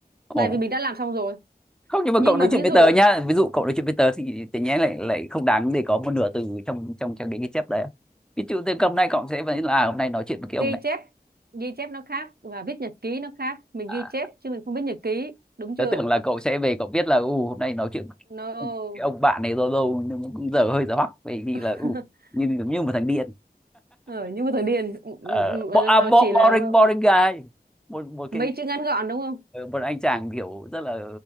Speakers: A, in the centre; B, on the right.
A: Ồ.
B: tại vì mình đã làm xong rồi
A: Không nhưng mà
B: nhưng
A: cậu nói
B: mà ví
A: chuyện với
B: dụ
A: tớ nhá. Ví dụ cậu nói chuyện với tớ thì tự nhiên lại lại không đáng để có một nửa từ trong trong trong cái ghi chép đấy. Ví dụ từ hôm nay cậu sẽ vẫn là à, hôm nay nói chuyện với cái ông
B: ghi
A: này.
B: chép ghi chép nó khác và viết nhật ký nó khác mình
A: À,
B: ghi chép chứ mình không viết nhật ký đúng
A: tớ
B: chưa
A: tưởng là cậu sẽ về cậu biết là u hôm nay nói chuyện với
B: no
A: cái ông bạn này lâu lâu nhưng mà cũng giờ hơi giờ hoắc vì vì
B: <laughs>
A: là u như giống như một thằng điên
B: ở nhưng mà thằng điền ừ, ừ,
A: Ờ,
B: ừ,
A: bo à, bo
B: chỉ là
A: boring boring guy một một
B: mấy
A: cái
B: chữ ngắn gọn đúng không
A: ờ, một anh chàng kiểu rất là